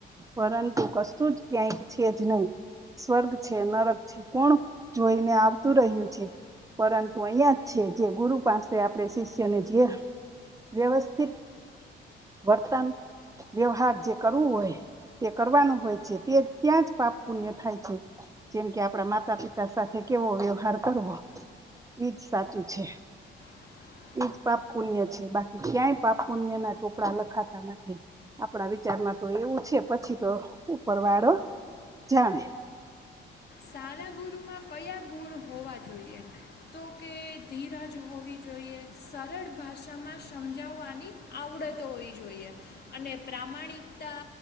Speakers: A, on the right; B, on the left.
A: પરંતુ કશું જ ક્યાંય છે જ નહીં સ્વર્ગ છે નરક છે. કોણ જોઈને આવતું રહ્યું છે. પરંતુ અહિયાં જ છે જે ગુરુ પાસે આપણે શિષ્યને જે વ્યવસ્થિત વર્તન વ્યવહાર જે કરવું હોય તે કરવાનું હોય છે તે ત્યાં જ પાપ પુણ્ય થાય છે જેમ કે આપડા માતા માતા પિતા સાથે કેવો વ્યવહાર કરવો એજ સાચું છે.
B: <inaudible>
A: એ જ પાપપુન્ય છે બાકી ક્યાંય પાપ પુન્ય ના ચોપડા લખાતા નથી. આપણા વિચારમાં તો એવું છે. પછી તો ઉપર વાળો જાણે.
B: સારા ગુરુમાં કયા ગુણ હોવા જોઈએ? તો કે ધીરાજ હોવી જોઈએ સરળ ભાષામાં સમજાવવાની આવક આવડતો હોવી જોઈએ. અને પ્રામાણિકતા